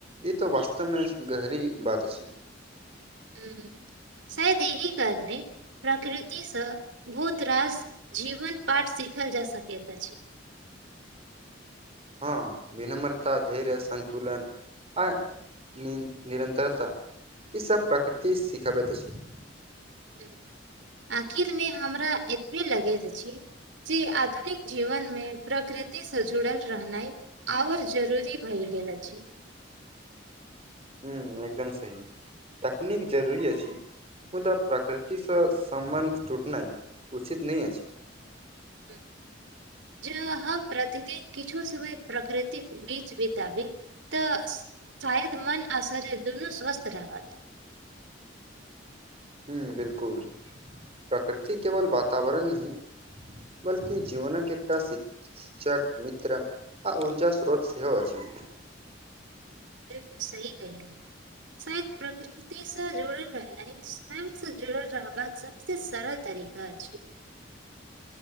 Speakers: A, on the right; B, on the right.
A: ई त वास्तवमे गहरी बात अछि
B: हम्म शायद यही कारनै प्रकृति सँ भूत रास जीवन पाठ सीखल जा सकैत अछि
A: हँ विनम्रता धैर्य संतुलन आ निन निरन्तरता इ सभ प्राकृतिक सिखबैत अछि
B: हम्म आखिर मे हमरा एतबे लगैत अछि जे आधुनिक जीवन मे प्रकृति से जुड़ल रहनाइ आओर जरूरी भइल गेल अछि
A: हम्म एकदम सही तकनीक जरूरी अछि मुदा प्रकृति सँ सम्बन्ध टूटनाय उचित नय अछि
B: हुँ ज हम प्रतिदिन किछु समय प्रकृतिक बीच बिताबी त शायद मन आ शरीर दुनू स्वस्थ रहत
A: हुँ बिलकुल प्रकृति केवल वातावरण नहि बल्कि जीवनक एकटा शि शिक्षक मित्र आ ऊर्जा स्रोत सेहो अछि
B: बिल्कुल सही कहली शायद प्रकृति स जुड़ल रहनाय स्वयं से जुड़ल रहबाक सबसे सरल तरीका छै